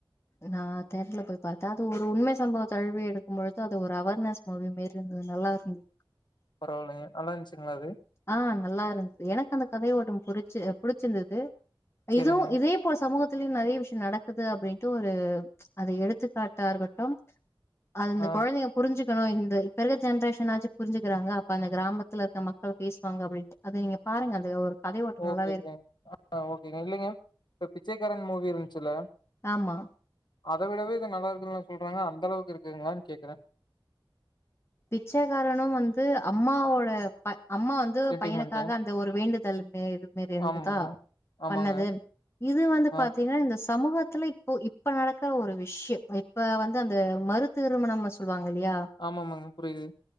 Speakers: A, on the left; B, on the left.
A: நா தேட்ருல போய் பாத்தே அது ஒரு உண்மை சம்பவத்தழுவி எடுக்கும் பொழுது அது ஒரு அவார்னஸ் மூவி மாரி இருந்துது நல்லா இருந்தது
B: பரவாயில்லங்க நல்லா இருந்துச்சிங்ளா அது
A: ஆ நல்லா இருந்துது எனக்கு அந்த கதையோட புடிச்சு புடிச்சிருந்தது
B: சேரிங்க
A: இதுவு இதே இப்போ சமூகத்திலியோ நெறையா விஷியோ நடக்குது அப்டின்டு ஒரு அது எடுத்துக்காட்டா இருக்கட்டு அது அந்த
B: ஆ
A: கொழந்தைங்க புரிஞ்சுக்கணு இந்த இப்ப இருக்க ஜென்ரேஷனாச்சி புரிஞ்சிக்குறாங்க அப்ப அந்த கிராமத்துல இருக்க மக் க பேசுவாங்க அப்டின்டு அத நீங்க பாருங்க அது ஒரு கதையோட்டோ
B: ஓகே
A: நல்லாவே
B: ஓகே
A: இருக்கு
B: ஆ ஓக்கேங்க இல்லங்க இப்ப பிச்சைக்காரன் மூவி இருந்ச்சில்ல
A: ஆமா
B: அத விடவே இது நல்லா இருக்குனு சொல்றாங்க அந்தளவுக் இருக்குங்ளான் கேக்றே
A: பிச்சைக்காரனு வந்து அம்மாவோட ப அம்மா வ வந்து
B: சென்டிமெண்ட்டு
A: பையனுக்காக அந்த ஒரு வேண்டுதல் இதுமே இதுமேரி இருந்துதா
B: ஆமாங்க ஆமாங்க
A: பண்ணது இது வந்து
B: ஆ
A: பாத்தீங்னா இந்த ஸ் சமூகத்துலே இப்போ இப்ப நடக்குற ஒரு விஷ்யோ இப்ப வந்து அந்த மறு திருமணம் சொல்லுவாங்க இல்லையா
B: ஆமாமாங்க புரியுது